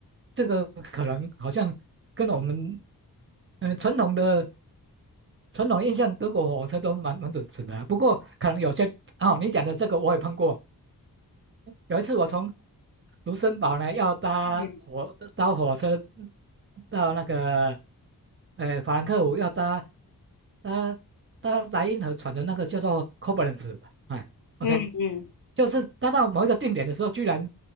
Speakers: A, on the right; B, on the left.
A: 这个可能好像跟我们嗯、呃传统的。传统的印象，德国火车都蛮蛮准时的啊不过可能有些哦，你讲的这个我也碰过。有一次我从卢森堡呢要搭火搭火车
B: 嗯
A: 到那个呃法兰克福，要搭搭搭莱茵河船的那个叫做 Koblenz 吧，哎，OK，
B: 嗯嗯，
A: 就是搭到某一个定点的时候，居然